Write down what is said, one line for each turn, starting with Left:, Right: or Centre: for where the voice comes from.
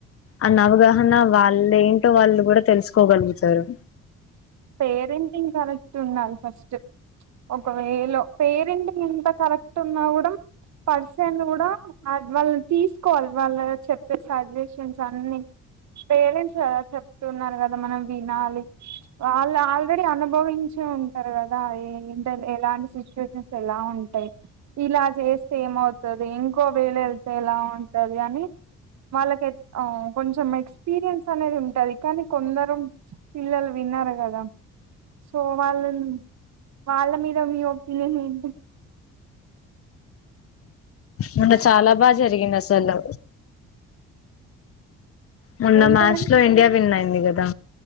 Left: అన్న అవగాహన వాళ్ళు ఏంటో వాళ్ళు కూడా తెలుసుకోగలుగుతారు
Right: పేరెంటింగ్ కర ఉండాలి ఫస్ట్ ఒకవేలో పేరింటి ఎంత కరెక్ట్ ఉన్నా కూడా పర్సన్ కూడా వాళ్ళని తీసుకోవాలి వాళ్ళ చెప్ సజెషన్స్ అన్ని పేరెంట్స్ కదా చెప్తున్నారు కదా మనం వినాలి వాళ్ళు ఆల్రెడీ అనుభవించి ఉంటారు కదా అ ఎలాంటి సిచ్యుయేషన్స్ ఎలా ఉంటాయి ఇలా చేస్తే ఏమవుతుది ఇంకో వే లో వెళ్తే ఎలా ఉంటది అని వాళ్ళకి కొంచెం ఎక్స్పీరియన్స్ అనేది ఉంటది కానీ కొందరు పిల్లలు వినరు కదా సో వాళ్ళ వాళ్ళ మీద మీ ఒపీనియన్ ఏంటి
Left: మొన్న చాలా బాగా జరిగింది అసలు మున్న
Right: ఏంటిదండి
Left: మ్యాచ్ లో ఇండియా విన్ అయింది కదా